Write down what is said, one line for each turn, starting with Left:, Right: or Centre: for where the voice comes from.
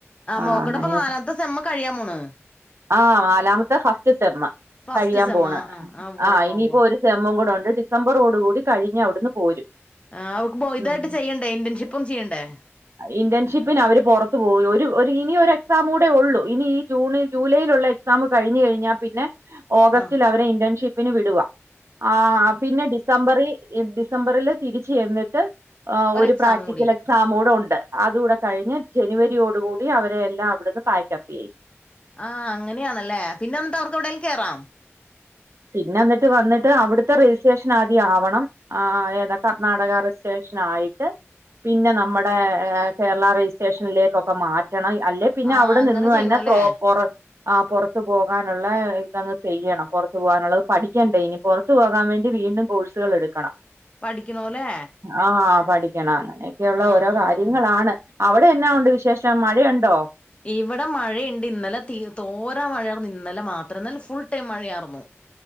Right: ആഹ്
Left: മോക്കടെപ്പ
Right: അങ്ങനെയൊക്കെ
Left: നാലാമത്തെ സെമ്മ് കഴിയാൻ പോണ്
Right: ആഹ് നാലാമത്തെ ഫസ്റ്റ് സെമ്മ്
Left: ഫസ്റ്റ്
Right: കഴിയാൻ
Left: സെമ്മ്
Right: പോണ്
Left: ആഹ് ആഹ് ഉവ്വ
Right: ആഹ്
Left: ഉവ്വ
Right: ഇനിയിപ്പൊ
Left: ഉവ്വ
Right: ഒര് സെമ്മും കൂടൊണ്ട് ഡിസംബറോട് കൂടി കഴിഞ്ഞവിട്ന്ന് പോരും
Left: ആഹ് അവക്ക്പ്പൊ ഇതായിട്ട്
Right: ഉം
Left: ചെയ്യണ്ടേ ഇന്റേൺഷിപ്പും ചെയ്യണ്ടേ?
Right: ഇന്റേൺഷിപ്പിന് അവര് പൊറത്ത് പോയി ഒര് ഒര് ഇനി ഒരെക്സാമൂടെ ഒള്ളൂ ഇനി ഈ ജൂണ് ജൂലൈയ്ലുള്ള എക്‌സാമ് കഴിഞ്ഞ് കഴിഞ്ഞാ പിന്നെ ഓഗസ്റ്റിലവരെ
Left: ആഹ്
Right: ഇന്റേൺഷിപ്പിന് വിടുവാ ആഹ് പിന്നെ ഡിസംബറി ഈ ഡിസംബറില് തിരിച്ച് ചെന്നിട്ട് ആഹ്
Left: ഒരു
Right: ഒര്
Left: എക്സാമും
Right: പ്രാക്ടിക്കലെ
Left: കൂടി
Right: ക്സാമൂടൊണ്ട് അത് കൂടെ കഴിഞ്ഞ് ജനുവരിയോട് കൂടി അവര് എല്ലാം അവിടന്ന് പാക്കപ്പ് ചെയ്യും
Left: ആഹ് അങ്ങനെയാണല്ലേ പിന്നെന്നട്ട് അവർക്കെവിടേലും കേറാം
Right: പിന്നെന്നിട്ട് വന്നിട്ട് അവിടത്തെ രജിസ്ട്രേഷനാദ്യം ആവണം ആഹ് ഏതാ കർണാടക റെജിസ്ട്രേഷനായിട്ട് പിന്നെ നമ്മ്ടെ ഏ കേരളാ റെജിസ്ട്രേഷനിലേക്കൊക്കെ മാറ്റണം അല്ലെ പിന്നവിടെ
Left: ആഹ് അങ്ങനെ
Right: നിന്ന്
Left: ചെയ്യണോല്ലേ
Right: തന്നെ പോ പൊറ ആഹ് പൊറത്ത് പോകാനുള്ള ഇതങ്ങ് ചെയ്യണം പൊറ ത്ത് പോകാനുള്ളത് പഠിക്കണ്ടേ ഇനി പൊറത്ത് പോകാൻ വേണ്ടി വീണ്ടും കോഴ്സുകളെടുക്കണം
Left: പഠിക്കണോല്ലേ
Right: ആഹ് പഠിക്കണം അങ്ങനെയൊക്കെയുള്ള
Left: ആഹ്
Right: ഓരോ കാര്യങ്ങളാണ്
Left: ആഹ്
Right: അവിടെ എന്നാ
Left: ആഹ്
Right: ഉണ്ട് വിശേഷം മഴയൊണ്ടോ?
Left: ഇവിടെ മഴയ്ണ്ട് ഇന്നലെ തീ തോരാ മഴയാർന്നു ഇന്നലെ മാത്രം ഇന്നലെ ഫുൾ ടൈം മഴയാർന്നു